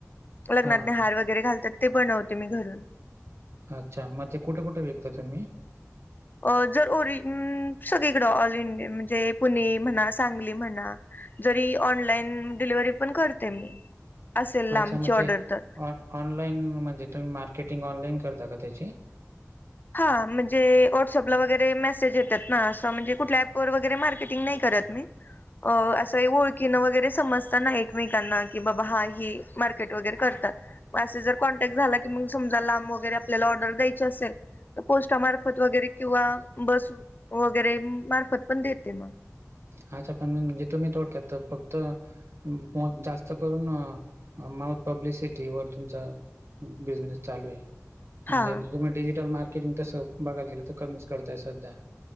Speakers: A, on the left; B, on the right.
A: लग्नातनी
B: हा हा.
A: हार वगैरे घालतात ते बनवते मी घरून.
B: अच्छा, मग ते कुठे कुठे विकता तुम्ही?
A: अ जर ओरि सगळीकडं ऑल इंडिया म्हणजे पुणे म्हणा, सांगली म्हणा. जरी ऑनलाइन डिलिव्हरी पण करते मी. असेल लांबची
B: अच्छा मग
A: ऑर्डर
B: ते
A: तर
B: ऑ-ऑनलाईन म्हणजे तुम्ही मार्केटिंग ऑनलाईन करता का त्याची?
A: हा म्हणजे व्हॉट्सअपला वगैरे मेसेज येतात ना असं म्हणजे कुठल्या ऍपवर वगैरे मार्केटिंग नाही करत मी. अ असं ओळखीनं वगैरे समजत ना एकमेकांना, की बाबा हा ही मार्केट वगैरे करतात‌. मग असे जर कॉन्टॅक्ट झाला, की मग समजा लांब वगैरे आपल्याला ऑर्डर द्यायची असेल. तर पोस्टामार्फत वगैरे किंवा बस वगैरे मार्फत पण देते मग.
B: अच्छ पण म्हणजे तुम्ही थोडक्यात फक्त अं मग जास्त करून अं माऊथ पब्लिसिटीवर तुमचा बिझनेस चालू आहे. म्हणजे
A: हा
B: तुम्ही डिजिटल मार्केटिंग तसं बघायला गेलं तर कमीच करताय सध्या.